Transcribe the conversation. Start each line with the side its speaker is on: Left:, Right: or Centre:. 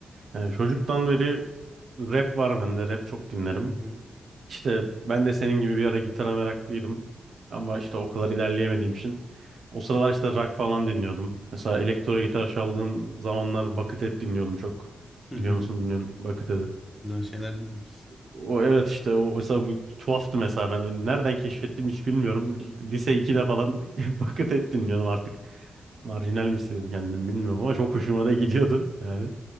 Right: Yani çocuktan beri rap var bende. Rap çok dinlerim.
Centre: dinliyorsun?
Right: İşte ben de senin gibi bir ara gitara meraklıydım. Ama işte o kadar ilerleyemediğim için. O sıralar işte rock falan dinliyordum. Mesela elektro gitar çaldığım zamanlar Buckethead dinliyordum çok.
Centre: Hı
Right: Biliyor
Centre: hı.
Right: musun
Centre: Hı
Right: bilmiyorum. Buckethead.
Centre: hı. Güzel şeyler dinliyorsun.
Right: O evet işte o mesela bu tuhaftı mesela ben nereden keşfettim hiç bilmiyorum. Lise ikide falan <laughs> Buckethead et dinliyordum artık. Marjinal mi istedim kendim bilmiyorum ama çok hoşuma da gidiyordu yani.